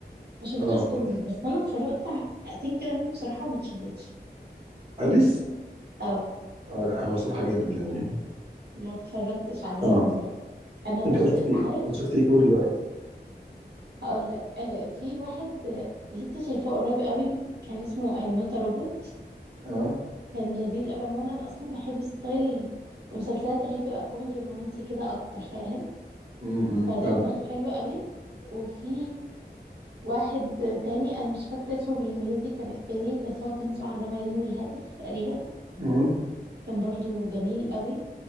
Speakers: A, on the right; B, on the right.
A: ما شفتوش
B: اه
A: كله بس انا اتفرجت على حلقتين كده منه بصراحة وما اتشدتش
B: اليس
A: اه
B: اه لا هو صراحه جامد يعني
A: ما اتفرجتش عليه
B: اه
A: كله انا
B: انت
A: بس
B: بقى شفتي
A: عارف
B: انت شفتي إيه كوري بقى
A: هقول لك آه، في واحد آه، لسه شايفاه قريب قوي كان اسمه ايم نوت روبوت
B: اه
A: كان لذيذ قوي عموما انا اصلا بحب ستايل المسلسلات اللي هي بتبقى كوميدي ورومانسي كده اكتر فاهم
B: امم
A: فده
B: فعلا
A: كان حلو قوي وفي واحد تاني انا مش فاكره اسمه بالانجليزي كان ايه بس هو كان اسمه عندما يلين الهاتف تقريبا
B: امم
A: كان برضو جميل قوي